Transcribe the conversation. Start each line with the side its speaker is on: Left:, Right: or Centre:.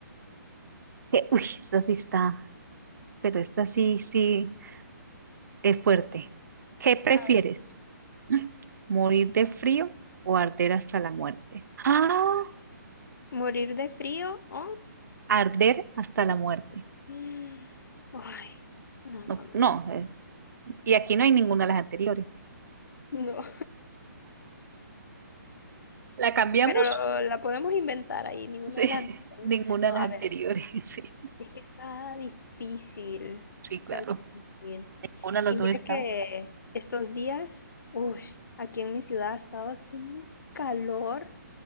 Right: Que- Uy, eso sí está, pero esta sí, sí es fuerte. ¿Qué prefieres?
Left: <laughs> A ver,
Right: <laughs> Mm, ¿Morir de frío o arder hasta la muerte? Ah,
Left: morir de frío o...
Right: arder hasta la muerte.
Left: Mm, Ay, no,
Right: No,
Left: no, no,
Right: no,
Left: no.
Right: eh, y aquí no hay ninguna de las anteriores.
Left: No.
Right: ¿La cambiamos?
Left: Pero la podemos inventar ahí, ninguna
Right: Sí,
Left: de las anteriores.
Right: <laughs> ninguna de
Left: No,
Right: las
Left: a
Right: anteriores,
Left: ver,
Right: <laughs> sí.
Left: es que está difícil.
Right: Sí,
Left: Está
Right: claro.
Left: difícil.
Right: Una de las
Left: Y mira
Right: dos está.
Left: que estos días, uy, aquí en mi ciudad ha estado haciendo un calor.